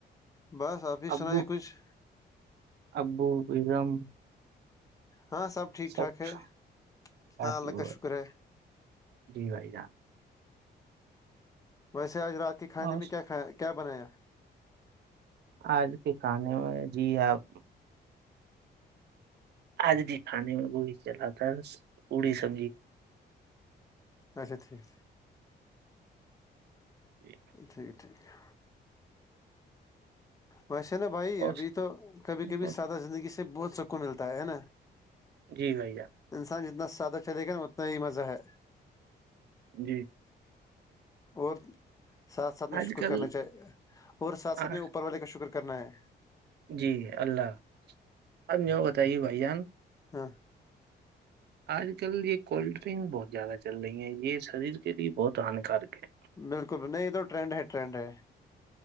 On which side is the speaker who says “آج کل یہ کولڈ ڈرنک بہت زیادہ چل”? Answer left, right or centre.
Right